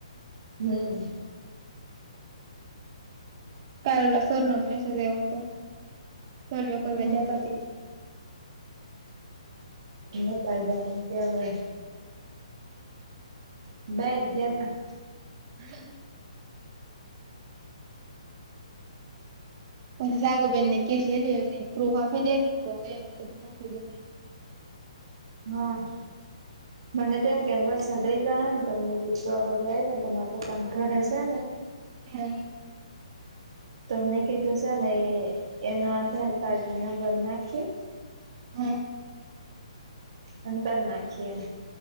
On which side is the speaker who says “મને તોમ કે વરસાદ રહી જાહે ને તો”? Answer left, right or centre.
Right